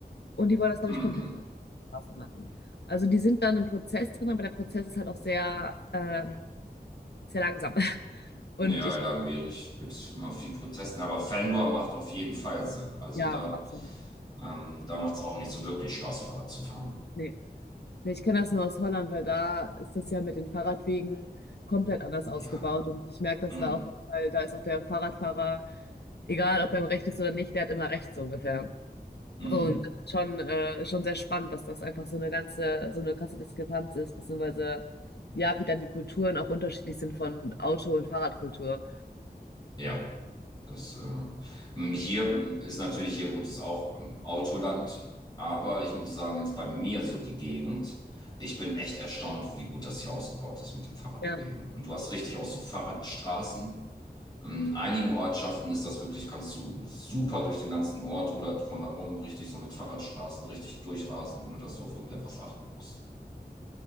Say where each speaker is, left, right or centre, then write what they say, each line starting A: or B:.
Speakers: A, on the left (about 75°); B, on the left (about 25°).
A: und die wollen das, glaube
B: mhm.
A: ich, komplett Straße machen. Also die sind dann im Prozess drin, aber der Prozess ist halt auch sehr, ähm, sehr langsam. <laughs> Und
B: Ja,
A: ich,
B: langwierig. Gibt es immer viel Protesten, aber Fendor macht auf jeden Fall Sinn. Also
A: ja,
B: da,
A: absolut.
B: ähm, da macht es auch nicht so wirklich Spaß, Fahrrad zu fahren.
A: Nee. Nee, ich kenne das nur aus Holland, weil da ist das ja mit den Fahrradwegen komplett anders ausgebaut.
B: Ja,
A: Und ich merke das
B: mhm.
A: da auf jeden Fall, da ist auch der Fahrradfahrer, egal ob er im Recht ist oder nicht, der hat immer Recht, so ungefähr.
B: Mhm.
A: Und das ist schon, äh, schon sehr spannend, dass das einfach so eine ganze, so eine krasse Diskrepanz ist, beziehungsweise ja, wie dann die Kulturen auch unterschiedlich sind von Auto- und Fahrradkultur.
B: Ja. Das, äh, hier ist natürlich, hier gut, ist auch ähm, Autoland, aber ich muss sagen, jetzt bei mir so die Gegend, ich bin echt erstaunt, wie gut das hier ausgebaut ist mit den Fahrradwegen.
A: Ja,
B: Und du hast richtig auch so Fahrradstraßen. In einigen Ortschaften ist das wirklich, kannst du super durch den ganzen Ort oder drumherum richtig so mit Fahrradstraßen richtig durchrasen, ohne dass du auf irgendetwas achten musst.